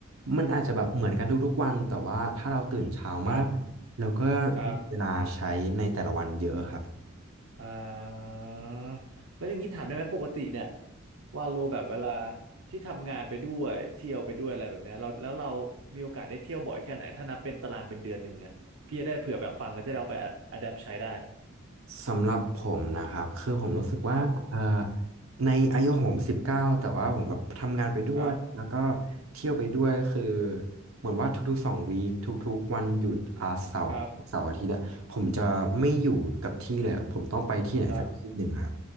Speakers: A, on the right; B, on the right.
A: มันอาจจะแบบเหมือนกันทุกๆวันแต่ว่าถ้าเราตื่นเช้ามาก
B: ครับ
A: เราก็มีเวลาใช้ในแต่ละวันเยอะครับ
B: ครับอ่าแล้วอย่างนี้ถามได้ไหมปกติเนี่ยว่าโลแบบเวลาที่ทำงานไปด้วยเที่ยวไปด้วยอะไรแบบเนี้ยเราแล้วเรามีโอกาสได้เที่ยวบ่อยแค่ไหนถ้านับเป็นตารางเป็นเดือนหนึ่งอ่ะพี่จะได้เผื่อแบบฟังแล้วจะได้เอาไปอะแดปใช้ได้
A: สำหรับผมนะครับคือผมรู้สึกว่าเอ่อ
B: ครับ
A: ในอายุของผมสิบเก้าแต่ว่าผมแบบทำงานไปด้วยแล้วก็
B: ครับ
A: เที่ยวไปด้วยคือเหมือนว่าทุกๆสองวีคทุกๆวันหยุดอาเสาร์เสาร์อาทิตย์อะผมจะไม่อยู่กับที่เลยอะผมต้องไปที่ไหนสักที่หนึ่งอะครับ
B: ครับครับ